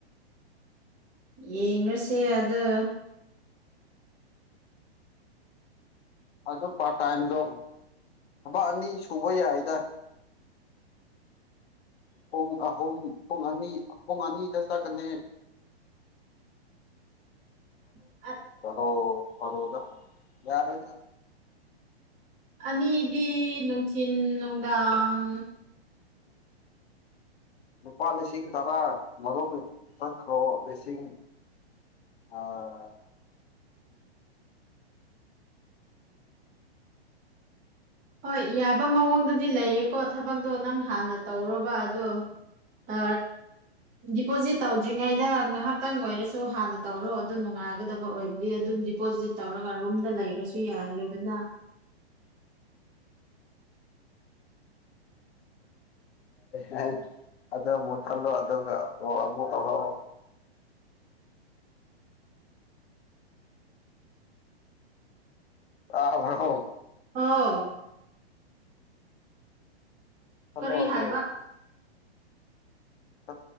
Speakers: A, on the right; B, on the left.
A: ꯌꯦꯉꯁꯦ ꯑꯗ
B: ꯑꯗꯨꯣ ꯄꯥꯔꯠ ꯇꯥꯏꯝꯗꯣ ꯊꯕꯛ ꯑꯅꯤ ꯁꯨꯕ ꯌꯥꯏꯗ
A: <unintelligible>
B: ꯄꯨꯡ ꯑꯍꯨꯝ ꯄꯨꯡ ꯑꯅꯤ ꯄꯨꯡ ꯑꯅꯤꯗ ꯆꯀꯅꯦ
A: <unintelligible> ꯑ
B: ꯣꯔꯣꯔꯣꯗ ꯌꯥꯔ
A: ꯑꯅꯤꯗꯤ ꯅꯨꯡꯊꯤꯤꯟ ꯅꯨꯡꯗꯥꯡ
B: ꯂꯨꯄꯥ ꯂꯤꯁꯤꯡ ꯇꯔꯥ ꯃꯔꯨꯞ ꯆꯈ꯭ꯔꯣ ꯂꯤꯁꯤꯡ
A: <unintelligible>
B: ꯑꯥ
A: ꯍꯣꯏ ꯌꯥꯕ ꯃꯑꯣꯡꯗꯗꯤ ꯂꯩꯌꯦꯀꯣ ꯊꯕꯛꯇꯣ ꯅꯪ ꯍꯥꯟꯅ ꯇꯧꯔꯕ ꯑꯗꯣ ꯑ ꯗꯤꯄꯣꯖꯤꯠ ꯇꯧꯗ꯭ꯔꯤꯉꯩꯗ ꯉꯥꯏꯍꯥꯛꯇꯪ ꯑꯣꯏꯔꯁꯨ ꯍꯥꯟꯅ ꯇꯧꯔꯣ ꯑꯗꯨ ꯅꯨꯡꯉꯥꯏꯒꯗꯕ ꯑꯣꯏꯕꯗꯤ ꯑꯗꯨꯝ ꯗꯤꯄꯣꯖꯤꯠ ꯇꯧꯔꯒ ꯔꯨꯝꯗ ꯂꯩꯔꯁꯨ ꯌꯥꯗ꯭ꯔꯦꯗꯅ
B: ꯍ ꯑꯗ ꯃ ꯊꯂꯣ ꯑꯗꯨꯗ ꯇ ꯑ꯭ꯔꯥꯎ
A: ꯑꯣꯥꯎ
B: ꯈꯜꯂꯣ
A: ꯀꯔꯤ
B: ꯑꯗꯨ
A: ꯍꯥꯏꯕ
B: ꯆ